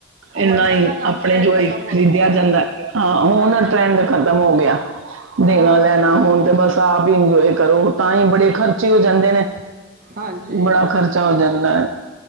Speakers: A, on the right; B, on the right.
A: ਇਨਾ
B: ਵੰਡਣ
A: ਈ
B: ਦਾ ਕੰਮ
A: ਆਪਣੇ
B: ਤੇ
A: ਜੋ
B: ਖ਼ਤਮ
A: ਹੀ
B: ਹੋ
A: ਖਰੀਦਿਆ
B: ਚੁੱਕਿਆ
A: ਜਾਂਦੈ ਹਾਂ ਹੁਣ
B: ਹਾਂਜੀ
A: ਟ੍ਰੈਂਡ ਖਤਮ ਹੋ ਗਿਆ
B: ਹਾਂ
A: ਦੇਣਾ ਲੈਣਾ ਹੁਣ ਤੇ ਬਸ ਤਾਂ ਆਪ ਹੀ ਇੰਜੋਏ ਕਰੋ ਤਾਂ ਹੀ ਬੜੇ ਖਰਚੇ ਹੋ ਜਾਂਦੇ ਨੇ
B: ਹਾਂਜੀ
A: ਬੜਾ ਖਰਚਾ ਹੋ ਜਾਂਦੈ